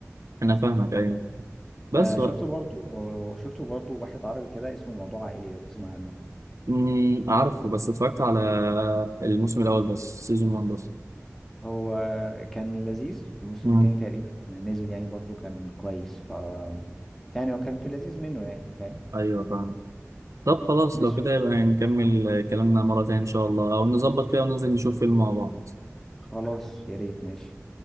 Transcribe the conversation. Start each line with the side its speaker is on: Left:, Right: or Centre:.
Right: أنا فاهمك أيوة بس
Centre: آه، شفته
Right: و...
Centre: برضو شفته برضو واحد عربي كده اسمه موضوع عائلي لو تسمع عنه
Right: مم. عارفه بس اتفرجت على الموسم الأول بس سيزون 1 بس
Centre: هو كان لذيذ وموسم
Right: مم.
Centre: تاني تقريبا نزل يعني برضو كان كويس ف يعني هو كان في لذيذ منه يعني فاهم
Right: أيوة فاهم طب خلاص
Centre: ماشي
Right: لو كده يبقى نكمل كلامنا مرة تانية إن شاء الله أو نظبط كده وننزل نشوف فيلم مع بعض
Centre: خلاص يا ريت ماشي